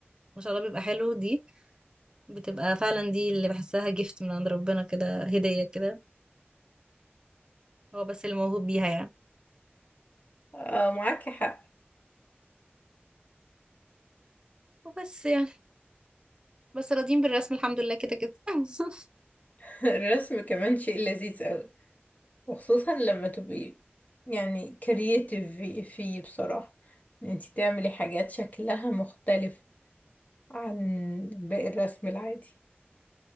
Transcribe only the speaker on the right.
ما شاء الله بيبقى حلو دي بتبقى فعلا دي اللي بحسها جفت من عند ربنا كده هديه كده هو بس اللي موهوب بيها يعني
وبس يعني بس راضيين بالرسم الحمد لله كده كده <laughs>